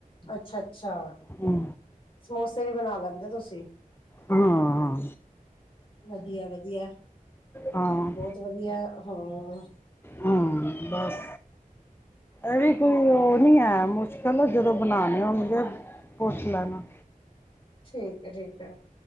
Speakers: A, on the left (about 40°); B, on the left (about 15°).
A: ਅੱਛਾ-ਅੱਛਾ।
B: ਹੂੰ।
A: ਸਮੋਸੇ ਵੀ ਬਣਾ ਲੈਂਦੇ ਤੁਸੀ।
B: ਹਾਂ।
A: ਵਧੀਆ-ਵਧੀਆ,
B: ਹਾਂ ਹਾਂ
A: ਬੋਤ ਵਧੀਆ ਹਾਂ।
B: ਹਾਂ ਬਸ, ਅਰੇ ਕੋਈ ਓ ਨੀ ਹੈ ਮੁਸ਼ਕ ਚਲੋ ਜਦੋਂ ਬਣਾਣੇ ਹੋਣਗੇ, ਪੁੱਛ ਲੈਣਾ।
A: ਠੀਕ ਏ ਠੀਕ ਏ